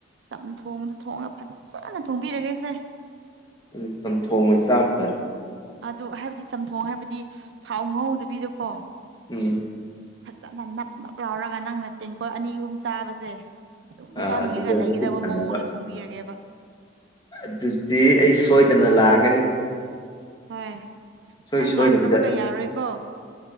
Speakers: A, on the right; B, on the left.
A: ꯆꯝ ꯊꯣꯡꯗꯣ ꯊꯣꯡꯉꯒ ꯐꯖꯅ ꯊꯣꯡꯕꯤꯔꯒꯦꯁꯦ
B: ꯎꯝ ꯆꯝ ꯊꯣꯡ ꯑꯣꯏꯅ ꯆꯥꯝ ꯐꯔꯦ
A: ꯑꯗꯨ ꯍꯥꯏꯕꯗꯤ ꯆꯝꯊꯣꯡ ꯍꯥꯏꯕꯗꯤ ꯊꯥꯎ ꯉꯧꯗꯕꯤꯗꯀꯣ
B: ꯎꯝ
A: ꯐꯖꯅ ꯅꯞ ꯅꯞ ꯂꯥꯎꯔꯒ ꯅꯪꯅ ꯇꯦꯡꯀꯣꯠ ꯑꯅꯤ ꯑꯍꯨꯝ ꯆꯥꯕꯖꯦ ꯑꯗꯨꯝ
B: ꯑꯥ
A: ꯆꯥꯅꯤꯡꯉꯒ
B: ꯑꯗꯨꯗ ꯑꯗꯨꯝ
A: ꯂꯩꯒꯗꯕ
B: ꯄꯨꯛ ꯊꯟꯅꯕ
A: ꯃꯑꯣꯡꯗ ꯊꯣꯡꯕꯤꯔꯒꯦꯕ
B: ꯑꯗꯨꯗꯤ ꯑꯩ ꯁꯣꯏꯗꯅ ꯂꯥꯛꯑꯒꯅꯤ
A: ꯍꯣꯏ
B: ꯏꯁꯣꯏ
A: ꯅꯪ
B: ꯁꯣꯏꯗꯕꯤꯗ
A: ꯂꯥꯛꯇꯕꯒ ꯌꯥꯔꯣꯏꯀꯣ